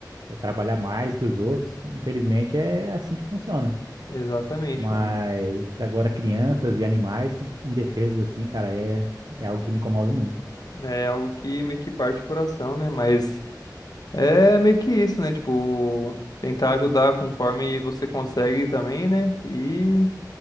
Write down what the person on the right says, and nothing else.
é trabalhar mais que os outros. Infelizmente, é assim que funciona.
Mas
agora crianças e animais indefesos assim, cara, é, é algo que me comove muito.